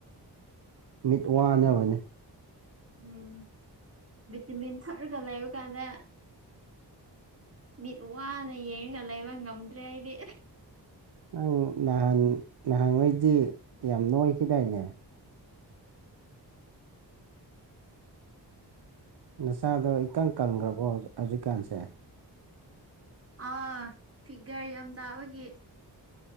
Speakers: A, on the right (about 65°); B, on the right (about 35°).
A: ꯃꯤꯠ ꯋꯥꯅꯕꯅꯤ
B: ꯎꯝ ꯚꯇꯃꯤꯟ ꯊꯔꯒ ꯂꯩꯕ ꯀꯥꯟꯅ ꯃꯤꯠ ꯋꯥꯅ ꯌꯦꯡꯉꯒ ꯂꯩꯕ ꯉꯝꯗ꯭ꯔꯦ ꯑꯩꯗꯤ
A: ꯅꯪ ꯅꯍꯥꯟ ꯅꯍꯥꯟꯈꯩꯗꯤ ꯌꯥꯝ ꯅꯣꯏꯈꯤꯗꯥꯏꯅꯦ ꯅꯆꯥꯗꯣ ꯏꯀꯪ ꯀꯪꯈ꯭ꯔꯕꯣ ꯍꯧꯖꯤꯛꯀꯥꯟꯁꯦ
B: ꯑꯥ ꯐꯤꯒꯔ ꯌꯥꯝ ꯇꯥꯕꯒꯤ